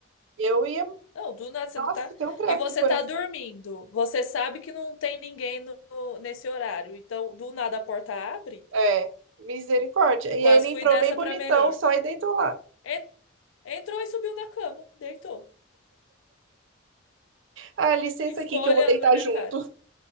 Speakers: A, on the right (about 65°); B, on the left (about 75°).
A: Eu ia,
B: Não, do nada você
A: nossa,
B: não tá.
A: tem um treco
B: E você
A: do coração.
B: tá dormindo. Você sabe que não tem ninguém no- no- nesse horário. Então, do nada a porta abre.
A: É, misericórdia.
B: Eu
A: E
B: quase
A: aí ele entrou
B: fui dessa
A: bem bonitão,
B: pra melhor.
A: só e deitou lá.
B: En- Entrou e subiu na cama, deitou.
A: Ah, licença
B: E ficou
A: aqui que
B: olhando
A: eu vou deitar
B: pra minha
A: junto.
B: cara.